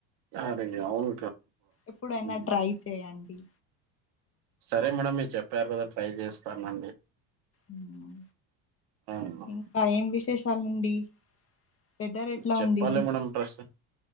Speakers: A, on the right; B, on the left.
A: అరే అవును
B: ఎప్పుడైనా
A: <inaudible>
B: ట్రై చేయండి
A: సరే మేడమ్ మీరు చెప్పారు కదా ట్రై చేస్తాను
B: ఉమ్,
A: <inaudible>
B: ఇంకా ఏం విశేషాలండి వెదర్ ఎట్లా
A: చెప్పాలి
B: ఉంది
A: మేడం అడ్రస్